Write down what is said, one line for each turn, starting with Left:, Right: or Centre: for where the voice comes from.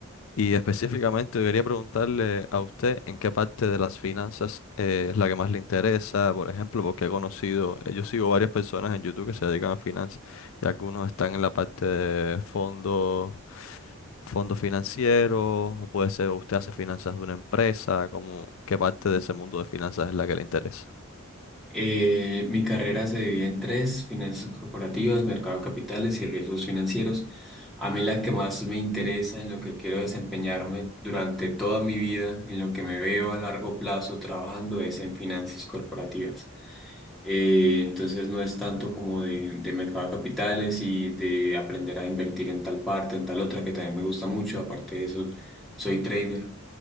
Left: Y específicamente quería preguntarle a usted en qué parte de las finanzas eh, es la que más le interesa, por ejemplo, porque he conocido, eh, yo sigo varias personas en YouTube que se dedican a finanzas y algunos están en la parte de fondos, fondos financieros, o puede ser usted hace finanzas de una empresa, como qué parte de ese mundo de finanzas es la que le interesa.
Centre: Eh, mi carrera se divide en tres, finanzas corporativas, mercado de capitales y riesgos financieros. A mí la que más me interesa, en lo que quiero desempeñarme durante toda mi vida, en lo que me veo a largo plazo trabajando, es en finanzas corporativas. Eh, entonces no es tanto como de, de mercado de capitales y de aprender a invertir en tal parte, en tal otra, que también me gusta mucho. Aparte de eso, soy trader.